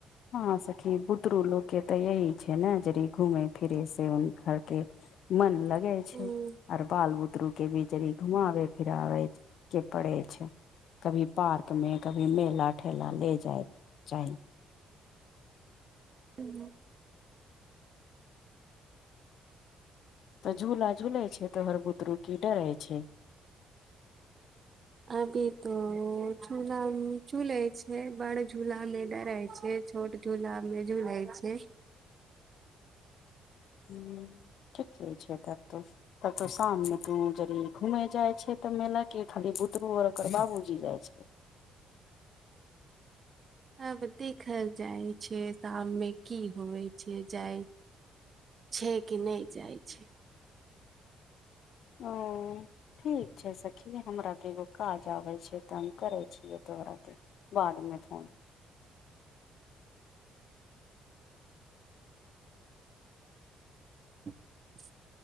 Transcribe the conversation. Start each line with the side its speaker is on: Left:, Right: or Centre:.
Left: हँ सखी बुदरु लोग के तऽ यही छै ने जरि घुमे फिरे से खर के मन लगै छै
Right: ह
Left: आर बाल बुतरु के भी जड़ी घुमाबे फिराबै के पड़ै छै कभी पार्कमे कभी मेला ठेला ले जाइक चाही
Right: हुँ <inaudible>
Left: तऽ झूला झूलै छै तहर बुतरु की डरै छै।
Right: अभी तो झूला चूलै छै बड़ झूला मे डरै छै। छोट झूला मे झूलै छै।
Left: हुँ ठीके छै तब तू तब तो शाम मे तू जरि घूमे जाइ छै तऽ मेला के खाली बुतरू आर ओकर बाबूजी जाइ छै
Right: आब देखल जाय छै शाम मे की होवै छै जाय छै की नय जाइ छै।
Left: ओ ठीक छै सखी हमराके एगो काज आबै छै तऽ हम करै छिय तोहरा के बाद मे फोन।
Right: <inaudible>